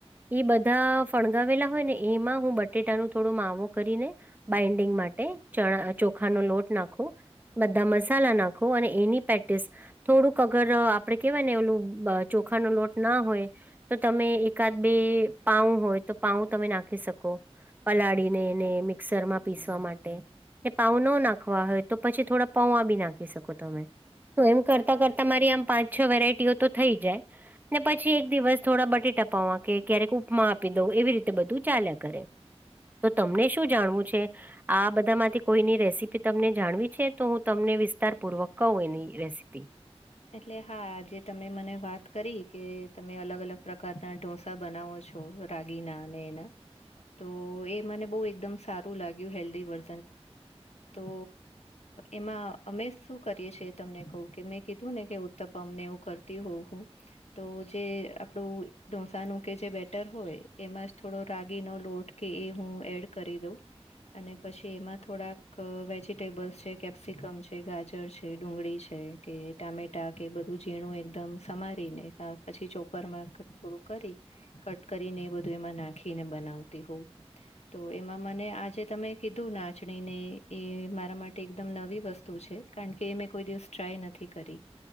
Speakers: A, on the right; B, on the left.
A: ઈ બધા ફણગાવેલા હોય ને એમાં હું બટેટા ન થોડો માવો કરી ને બાઈન્ડિંગ માટે ચણા અહ ચોખા નો લોટ નાખું બધા મસાલા નાખો અને એની પે્ટિસ થોડુંક અગર અહ આપડે કેવાય ને એલું બ ચોખાનો લોટ ના હોય તો તમે એકાદ બે પાઉ હોય તો પાઉ તમે નાખી શકો. પલાળીને એને મિક્સર માં પીસવા માટે. એ પાઉ ન નાખવા હોય તો પછી થોડા પૌવા બી નાખી શકો તમે. તો એમ કરતાં કરતા મારી પાંચ છ વેરાયટી તો થઈ જાય. ને પછી દિવસ થોડા બટેટા પવા કે ક્યારેક ઉપમા આપી દઉં એવી રીતે બધું કરે.
B: <inaudible>
A: તો તમને શું જાણવું છે? આ બધા માંથી કોઈની રેસીપી તમને જાણવી છે તો હું તમને વિસ્તાર પૂર્વક કહું એની રેસીપી.
B: એટલે હા આજે તમે મને વાત કરી કે તમે અલગ અલગ પ્રકારના ઢોસા બનાવો છો રાગીના અને એના. તો એ મને બહુ એકદમ સારું લાગ્યું હેલ્ધી વર્ તો, એમાં અમે શું કરીએ છી તમને કહ કે મે કીધું ને કે ઉત્તપ અમને એવું કરતી હોવ હું.. તો જે આપણું ઢોસાનું કે જે બેટર હોય એમાં જ થોડો રાગીનો લોટ. કે એ હું એડ કરી દઉં. અને પછી એમાં થોડાક વેજીિટેબલ્સ છે કેપ્સિકમ છે ગાજર છે ડુંગળી છે. કે ટામેટા બધું ઝીણું એકદમ પછી ચોપરમાં થોડું કરી. કટ કરીને એ બધું એમાં નાખીને બનાવતી હોઉ. તો એમાં મને આજે તમે કીધું નાચણી ને એ મારા માટે એકદમ નવી વસ્તુ કારણ કે એ મે કોઈ દિવસ ટ્રાય નથી કરી.